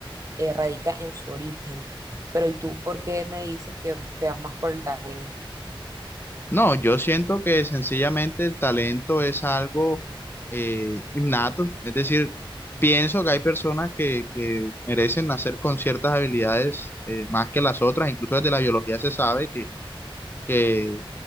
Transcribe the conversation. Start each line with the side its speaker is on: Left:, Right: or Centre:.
Right: eh, radica en su origen. Pero ¿y tú por qué me dices que te vas más por el talento?
Left: No, yo siento que sencillamente el talento es algo eh, innato, es decir, pienso que hay personas que, que merecen nacer con ciertas habilidades eh, más que las otras, incluso desde la biología se sabe que, que